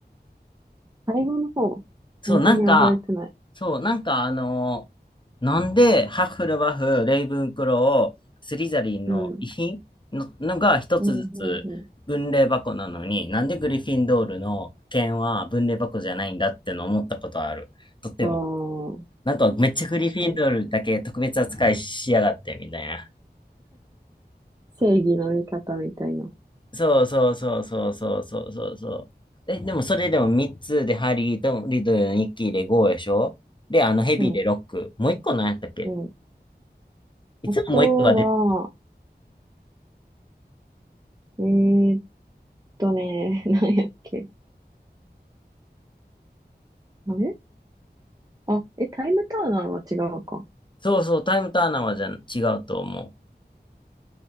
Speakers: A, on the right (about 20°); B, on the left (about 25°).
A: 最後の方。
B: そう、
A: そんなに覚えてない。
B: なんか、そう、なんかあのーなんで、ハッフルバフ、レイブンクロースリザリンの遺品の、
A: うん。
B: のが一つずつ分霊箱なのに、
A: うん、うん、う
B: なんでグリフィンドールの剣は分霊箱じゃないんだっての思ったことある。とっても。
A: ん。ああ、
B: なんかめっちゃグリフィンドールだけ特別扱いしやがってみたいな。
A: 確かに。正義の味方みたいな。
B: そうそうそうそうそうそうそうそう。え、でもそれでも3つでハリーとリドル、ニッキーで5でしょで、あのヘビーで6。
A: うん、
B: もう1個何やったっけ
A: うん。
B: いつももう1個が出て、
A: あとは、えーっとね、<laughs> 何やっけ。あれあ、え、タイムターナーは違うか。
B: そうそう、タイムターナーはじゃん違うと思う。